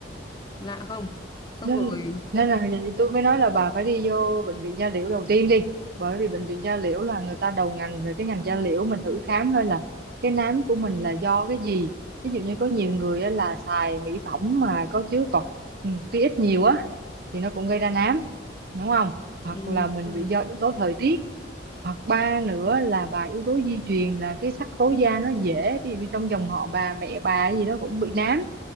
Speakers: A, on the left (about 20°); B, on the right (about 50°).
A: lạ không? Xong
B: nên
A: rồi
B: nên là vậy tôi mới nói là bà phải đi vô bệnh viện da liễu đầu tiên đi bởi vì bệnh viện da liễu là người ta đầu ngành về cái ngành da liễu mình thử khám thôi là cái nám của mình là do cái gì ví dụ như có nhiều người á là xài mỹ phẩm mà có chứa cọc ừ, tia ít nhiều á thì nó cũng gây ra nám đúng không hoặc
A: ừ,
B: là mình
A: ừ.
B: bị do yếu tố thời tiết hoặc ba nữa là bà yếu tố di truyền là cái sắc tố da nó dễ ví dụ như trong dòng họ bà mẹ bà gì đó cũng bị nám